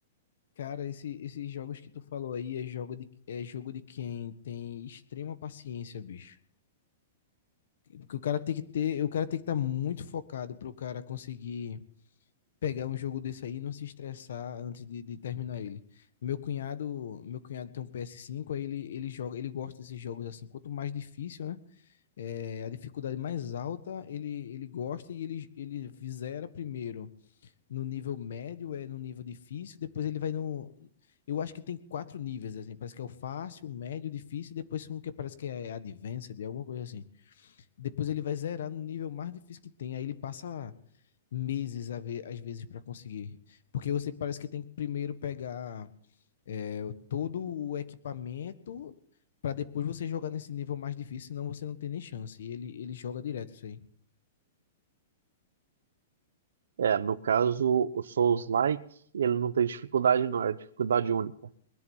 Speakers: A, on the left; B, on the right.
A: Cara, esse, esses jogos que tu falou aí é jogo de, é jogo de quem tem extrema paciência, bicho. Porque o cara tem que ter, o cara tem que estar muito focado para o cara conseguir pegar um jogo desse aí e não se estressar antes de, de terminar ele. Meu cunhado, meu cunhado tem um PS5, aí ele, ele joga, ele gosta desses jogos assim. Quanto mais difícil, né? É, a dificuldade mais alta, ele, ele gosta e ele, ele zera primeiro. no nível médio, é no nível difícil, depois ele vai no. Eu acho que tem quatro níveis, assim. Parece que é o fácil, o médio, difícil, e depois um que parece que é advanced, é alguma coisa assim. Depois ele vai zerar no nível mais difícil que tem, aí ele passa meses a ver, às vezes para conseguir. Porque você parece que tem que primeiro pegar é, todo o equipamento para depois você jogar nesse nível mais difícil, senão você não tem nem chance. E ele, ele joga direto isso aí.
B: É, no caso, o Souls-like, ele não tem dificuldade não, é dificuldade única.